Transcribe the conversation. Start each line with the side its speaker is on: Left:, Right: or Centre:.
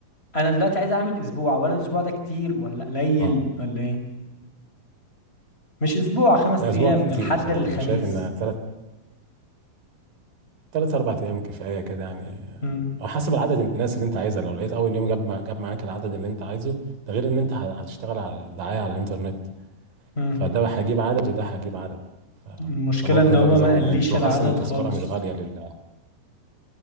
Left: أنا دلوقتي عايز أعمل أسبوع ولا الأسبوع ده كتير ولا قليل
Right: اه
Left: ولا إيه مش أسبوع خمس
Right: ده اسبوع
Left: أيام
Right: كتير
Left: من الحد
Right: بصراحه
Left: للخميس
Right: انا شايف ان ثلاث ثلاث اربع ايام كفايه كده يعني
Left: امم
Right: او حسب عدد الناس اللي انت عايزها لو لقيت اول يوم جاب مع- جاب معاك العدد اللي انت عايزه ده غير ان انت ه- هتشتغل على الدعايه على الانترنت
Left: امم
Right: فده هجيب عدد وده هجيب عدد ف-
Left: المشكلة
Right: فممكن
Left: إن هو
Right: ده يزود
Left: ما قاليش
Right: الناس بالاخص
Left: العدد
Right: ان التذكره
Left: خالص
Right: مش غاليه لل